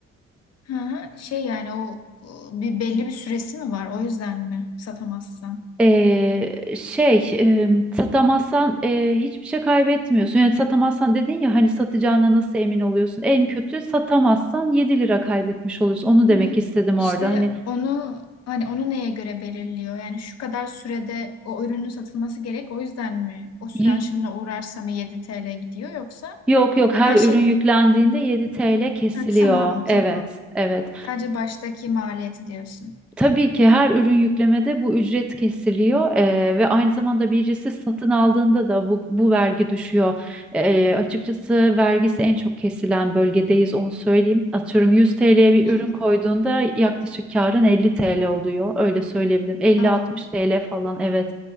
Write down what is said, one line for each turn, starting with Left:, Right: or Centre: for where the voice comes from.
Left: Hı hı. Şey yani o o bir belli bir süresi mi var? O yüzden mi satamazsan?
Centre: Ee, şey e, satamazsan e, hiçbir şey kaybetmiyorsun. Yani satamazsan dedin ya hani satacağına nasıl emin oluyorsun? En kötü satamazsan 7 lira kaybetmiş oluyorsun. Onu demek
Left: Hı hı.
Centre: istedim
Left: İşte
Centre: orada. Hani
Left: onu hani onu neye göre belirliyor? Yani şu kadar sürede o ürünün satılması gerek. O yüzden mi? O süre
Centre: y-
Left: aşımına uğrarsa mı yedi t l gidiyor yoksa
Centre: yok yok her
Left: her
Centre: ürün
Left: şey
Centre: yüklendiğinde 7 TL kesiliyor.
Left: ha, tamam
Centre: Evet
Left: tamam.
Centre: evet.
Left: Sadece baştaki maliyeti diyorsun.
Centre: Tabii ki her ürün yüklemede bu ücret kesiliyor eee, ve aynı zamanda birisi satın aldığında da bu, bu vergi düşüyor. Eee, açıkçası vergisi en çok kesilen bölgedeyiz onu söyleyeyim. Atıyorum 100 TL'ye bir
Left: Hı
Centre: ürün
Left: hı.
Centre: koyduğunda yaklaşık karın 50 TL oluyor öyle söyleyebilirim. 50-60
Left: Aa,
Centre: TL falan evet